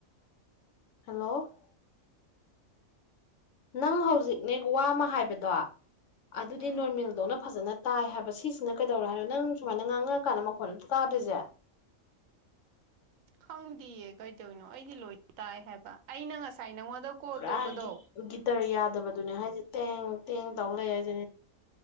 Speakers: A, on the left; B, on the right.
A: ꯍꯜꯂꯣ ꯅꯪ ꯍꯧꯖꯤꯛꯅꯦ ꯋꯥꯃ ꯍꯥꯏꯕꯗꯣ ꯑꯗꯨꯗꯤ
B: ꯎꯝ
A: ꯅꯣꯔꯃꯦꯜꯗꯧꯅ ꯐꯖꯅ ꯇꯥꯏ ꯍꯥꯏꯕ ꯁꯤꯁꯤꯅ ꯀꯩꯗꯧꯔꯦ ꯍꯥꯏꯅꯣ ꯅꯪ ꯁꯨꯃꯥꯏꯅ ꯉꯥꯡꯉꯛ ꯑꯀꯥꯟꯗ ꯃꯈꯣꯟ ꯑꯝꯇ ꯇꯥꯗ꯭ꯔꯤꯁꯦ
B: ꯈꯪꯗꯤꯌꯦ ꯀꯩꯇꯧꯅꯣ ꯑꯩꯗꯤ ꯂꯣꯏ ꯇꯥꯏ ꯍꯥꯏꯕ ꯑꯩꯅ ꯉꯁꯥꯏ ꯅꯪꯉꯣꯟꯗ ꯀꯣꯜ
A: ꯄꯨꯔꯥ
B: ꯇꯧꯕꯗꯣ
A: ꯒꯤꯇꯔ ꯌꯥꯗꯕꯗꯨꯅꯦ ꯍꯥꯏꯁꯦ ꯇꯦꯡ ꯇꯦꯡ ꯇꯧ ꯂꯩ ꯍꯥꯏꯁꯤ